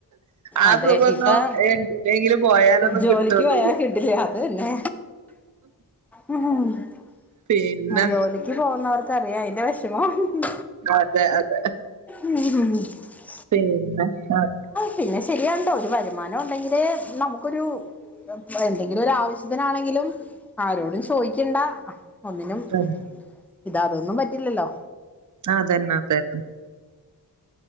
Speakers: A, on the right; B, in the centre.
A: ആ
B: അതെ
A: സുഖാന്നും
B: ഇപ്പ
A: എവിടെങ്കിലും പോയാലൊന്നും
B: ജോലിക്ക്
A: കിട്ടോന്നുല്ല്യ
B: പോയാ കിട്ടില്ല അതന്നെ ഉ
A: പിന്നെ
B: ജോലിക്ക് പോന്നവർക്കറിയാം അയ്ന്റെ വഷ് മം
A: അതെ അതെ
B: <unintelligible>
A: പിന്നെ അ
B: പിന്നെ ശരിയാണ്‌ട്ടോ ഒരു വരുമാനം ഉണ്ടെങ്കിലേ നമുക്കൊരു എന്തെങ്കിലും ഒരു ആവശ്യത്തിനാണെങ്കിലും ആരോടും ചോയ്ക്കണ്ട ഒന്നിനും
A: അതെ
B: ഇത അതൊന്നും പറ്റില്ലല്ലോ
A: അതന്നെ തന്നെ